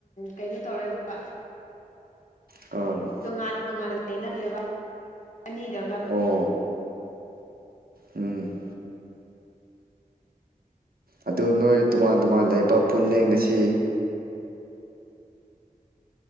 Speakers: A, on the left (about 55°); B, on the right (about 85°).
A: ꯀꯩꯅꯣ ꯇꯧꯔꯦꯕ
B: ꯀꯜ
A: ꯇꯣꯉꯥꯟ ꯇꯣꯉꯥꯟꯅ ꯂꯩꯅꯈ꯭ꯔꯦꯕ ꯑꯅꯤꯗ ꯑꯃ
B: ꯑꯣ ꯎꯝ ꯑꯗꯨ ꯅꯣꯏ ꯇꯣꯉꯥꯟ ꯇꯣꯉꯥꯟ ꯂꯩꯕ ꯄꯨꯂꯦ ꯉꯥꯁꯤ